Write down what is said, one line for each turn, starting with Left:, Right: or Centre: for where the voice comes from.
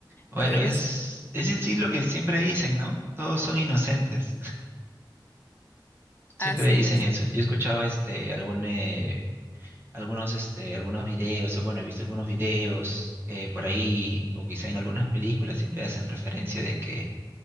Right: Bueno,
Left: <laughs>
Right: es,
Left: es
Right: es en sí lo que siempre dicen, ¿no? Todos son inocentes. <laughs> Siempre
Left: así.
Right: dicen eso. Yo he escuchado este, algún, eh, algunos, este, algunos videos, o bueno, he visto algunos videos eh, por ahí, o quizá en algunas películas siempre hacen referencia de que